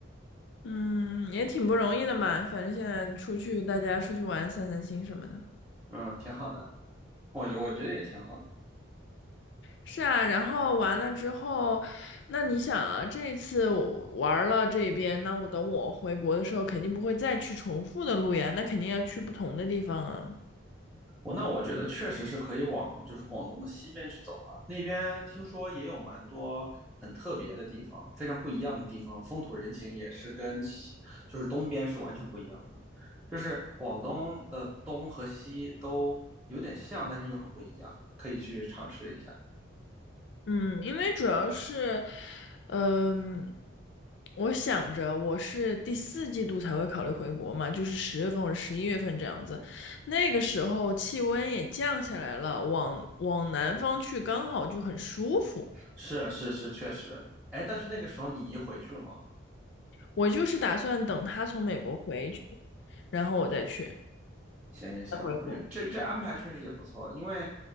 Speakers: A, on the left; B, in the centre.
A: 嗯也挺不容易的嘛，反正现在出去大家出去玩散散心什么的。
B: 嗯，挺好的，我觉我觉得也挺好的。
A: 是啊，然后完了之后，那你想啊，这一次我玩了这边，那我等我回国的时候肯定不会再去重复的路呀，那肯定要去不同的地方啊。
B: 我那我觉得确实是可以往就是广东的西边去走了，那边听说也有蛮多很特别的地方，非常不一样的地方，风土人情也是跟西就是东边是完全不一样的，就是广东的东和西都有点像，但是又很不一样，可以去尝试一下。
A: 嗯，因为主要是，嗯、我想着我是第四季度才会考虑回国嘛，就是十月份或者十一月份这样子，那个时候气温也降下来了，往往南方去刚好就很舒服。
B: 是是是，确实。哎，但是那个时候你移回去了吗？
A: 我就是打算等他从美国回去，然后我再去，
B: 行行行，
A: 再回国。
B: 我觉得这这安排确实也不错，因为，